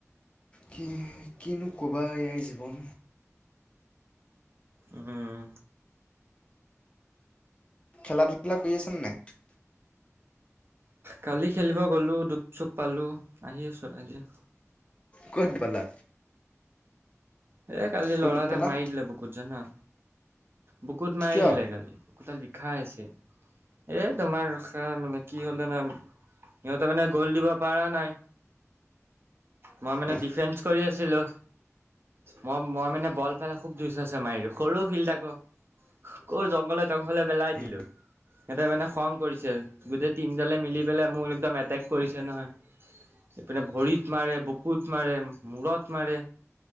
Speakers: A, on the left (about 20°); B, on the right (about 45°).
A: কিনো কিনো ক'বা ইয়াই জীৱন।
B: উম।
A: খেলা ধূলা কৰি আছা নে নাই।
B: কালি খেলিব গলো দুপ চুপ পালো আহি চলাই দিয়া।
A: ক'ত পালা।
B: এ, কালি
A: ক'ত
B: ল'ৰা এটাই
A: পালা
B: মাৰদিলে বুকুত জানা। বুকুত মাৰি
A: কিয়
B: দিলে কালি বুকুতাল বিষাই আছে। এ, তোমাৰ ৰখা মানে কি হ'লে জানা সিহঁতে মানে গ'ল দিব পাৰা নাই। মই মানে
A: উম
B: ডিফেন্স কৰি আছিলো ম- মই মানে। <unintelligible> খুব জ আছে মাৰ সৰু ফিল আকৌ কৰ জংঘলত। <unintelligible> পেলাই
A: উম
B: দিলো সিহঁতে মানে খং কৰিছে। গোটেই টিমডালে মিলি পেলাই মোক একদম এটেক কৰিছে নহয়। এইপিনে ভৰিত মাৰে, বুকুত মাৰে, মূৰত মাৰে।